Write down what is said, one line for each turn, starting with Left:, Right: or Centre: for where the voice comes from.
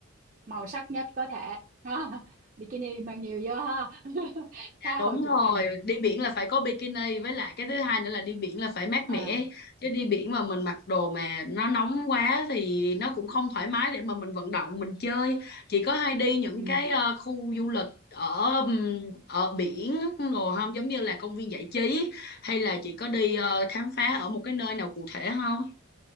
Right: màu sắc nhất có thể <laughs> ha. Bikini mang nhiều vô ha <laughs>
Left: dạ
Right: tha
Left: đúng
Right: hồ chụp
Left: rồi
Right: hình
Left: đi biển là phải có bikini với lại cái thứ hai nữa là đi biển là phải mát mẻ
Right: à
Left: chứ đi biển mà mình mặc đồ mà nó nóng quá thì nó cũng không thoải mái để mà mình vận động mình chơi chị có hay đi những
Right: ừ.
Left: cái ờ, khu du lịch ở ừm, ở biển đồ không giống như là công viên giải trí hay là chị có đi ờ, khám phá ở một cái nơi nào cụ thể không